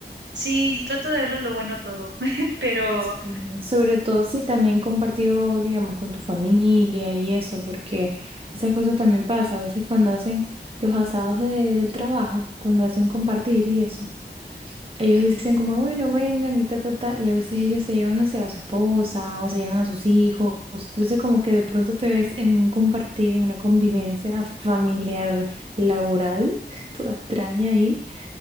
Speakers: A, on the right; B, on the right.
A: sí, trato de verle lo bueno a todo, <laughs> pero
B: Mm, Sobre todo si también compartido, digamos, con tu familia y eso, porque esas cosas también pasan. A veces cuando hacen los asados de- del trabajo, cuando hacen compartir y eso. Ellos dicen como, bueno, vengan y ta, ta, ta, y a veces ellos se llevan, no sé, a su esposa o se llevan a sus hijos. Entonces como que de pronto te ves en un compartir, en una convivencia familiar, laboral, <laughs> toda extraña ahí,